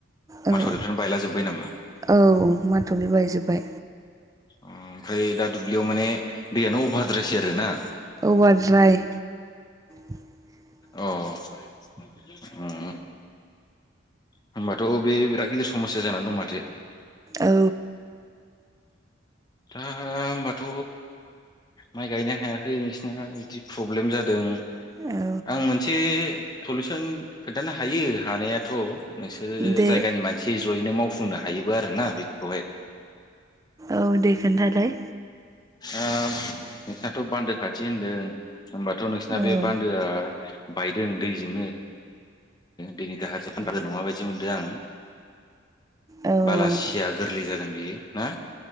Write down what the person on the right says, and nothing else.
औ
औ माथ'नि बायजोब्बाय।
अभारद्राय। <inaudible>
औ।
औ
दे
औ दे खोन्थालाय।
औ
औ